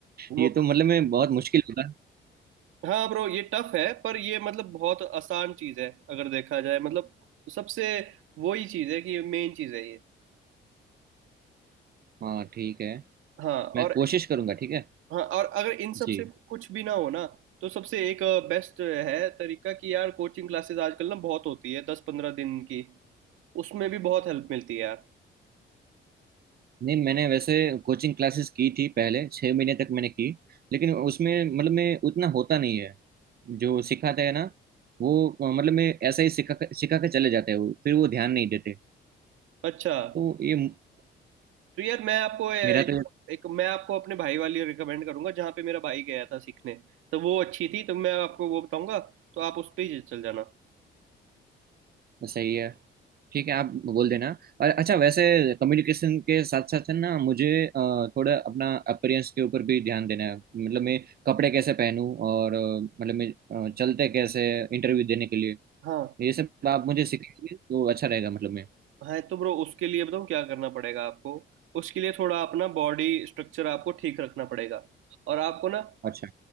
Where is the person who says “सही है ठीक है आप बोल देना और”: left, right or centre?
Right